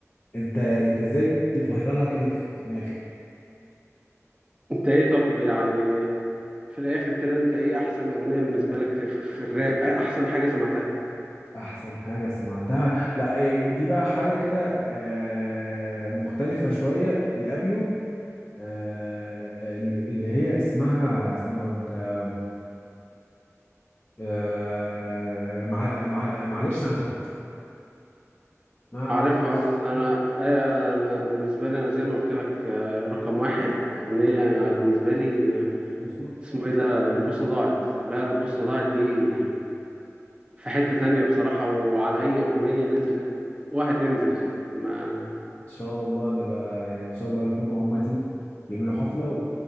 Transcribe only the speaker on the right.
انت ايه طب يعني في الاخر كده انت ايه احسن اغنيه بالنسبه لك في في الراب إيه احسن حاجه سمعتها
عارفها بس انا
أيوة، انا بالنسبه لي انا زي ما قلت لك آه، رقم واحد اغنيه بالنسبه لي
اسمه ايه ده البوصة ضاعت لا البوصة ضاعت دي في حتة تانية بصراحة وعلى أي أغنية نزلت وهتنزل ما